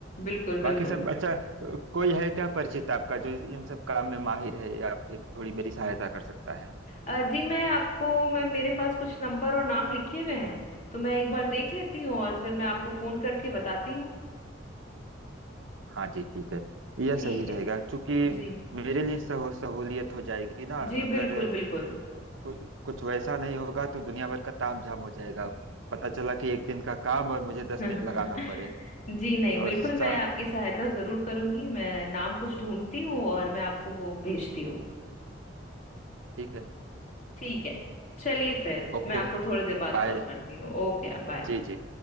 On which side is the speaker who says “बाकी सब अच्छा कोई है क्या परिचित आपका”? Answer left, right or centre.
Right